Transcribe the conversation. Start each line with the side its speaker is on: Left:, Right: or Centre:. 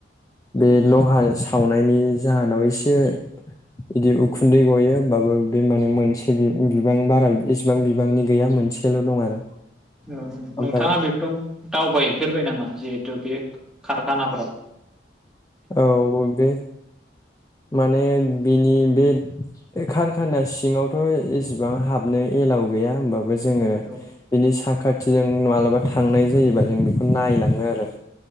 Left: बे
Centre: उम
Left: लहा सावनायनि जाहोनाव एसे बिदि उखुन्दै गयो होनबाबो बे माने मोनसे बि बिबां बारा इसेबां बिबांनि गैया मोनसेल दं आरो
Centre: औ
Left: ओमफ्राय
Centre: नोंथाङा बेफराव दावबायहैफेरबाय नामा जिहेथु बे खारखानाफ्राव
Left: औ बे माने बिनि बे खारखाना सिङावथ एसेबां हाबनो एलाव गैया होमबा बो जोङो
Centre: औ
Left: बिनि साखाथि खाथिजों मालाबा थांनाय जायोबा जों बेखौ नायलाङो आरो